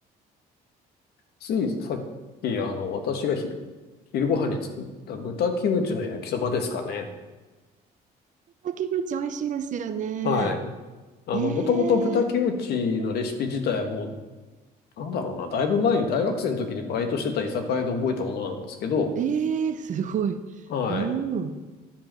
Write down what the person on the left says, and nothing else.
ついさっき、あの、私がひ昼ご飯に作った豚キムチの焼きそばですかね。
はい。あの、
もともと豚キムチのレシピ自体はもう、
なんだろうな、だいぶ前に大学生の時にバイトしてた居酒屋で覚えたものなんですけど、
はい。